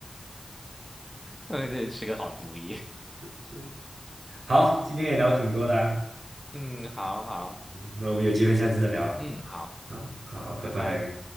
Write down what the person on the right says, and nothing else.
是。好，今天也聊挺多的啊
嗯那我们有机会下次再聊。
好，好，好，拜拜。